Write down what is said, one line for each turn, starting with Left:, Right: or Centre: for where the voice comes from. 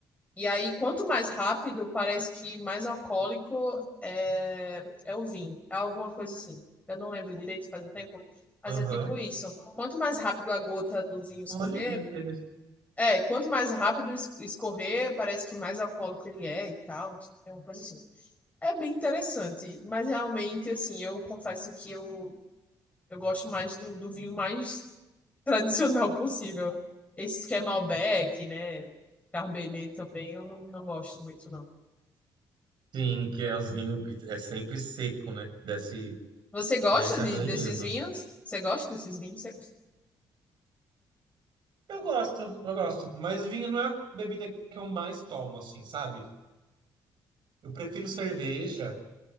Left: E aí, quanto mais rápido, parece que mais alcoólico é, é o vinho. É alguma coisa assim. Eu não lembro direito, faz um tempo. Mas
Right: Aham.
Left: é tipo isso. Quanto mais rápido a gota do vinho escorrer,
Right: Olha que interessante.
Left: é, quanto mais rápido es- escorrer, parece que mais alcoólico ele é e tal. Não sei, é uma coisa assim. É bem interessante. Mas realmente, assim, eu confesso que eu, eu gosto mais do, do vinho mais tradicional possível. Esse que é Malbec, né? Cabernet também, eu não, não gosto muito, não.
Right: Sim, que é os vinhos que é sempre seco, né? Desce,
Left: Você gosta
Right: desce
Left: de,
Right: arranhando.
Left: desses vinhos? Você gosta desses vinhos? Você...
Right: Eu gosto, eu gosto. Mas vinho não é a bebida que eu mais tomo, assim, sabe? Eu prefiro cerveja.